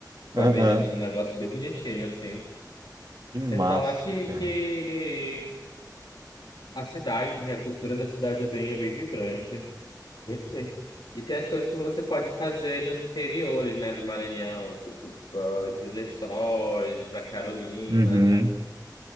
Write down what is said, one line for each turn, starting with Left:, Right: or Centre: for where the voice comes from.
Right: Aham.
Left: É, bem- é bem- um negócio bem bonitinho, assim.
Right: Que massa,
Left: Sem falar que,
Right: cara.
Left: que A cidade, e a cultura da cidade é bem, é bem vibrante. Gostei. E tem as coisas que você pode fazer nos interiores, né, do Maranhão, tipo, ah, ir para os Lençóis, ir para Carolina.
Right: Uhum.